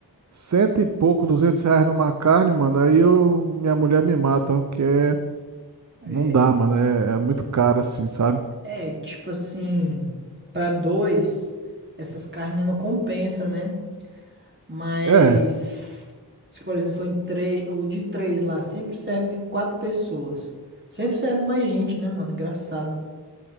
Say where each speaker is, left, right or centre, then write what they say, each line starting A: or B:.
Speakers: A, on the right; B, on the right.
A: cento e pouco, duzentos reais numa carne, mano, aí eu, minha mulher me mata, ó, porque é-
B: É,
A: não dá, mano, é, é muito caro assim, sabe?
B: é tipo assim, pra dois, essas carnes não compensa, né? Mas
A: É,
B: se por exemplo for em três, o de três lá sempre serve quatro pessoas. Sempre serve mais gente, né, mano? Engraçado.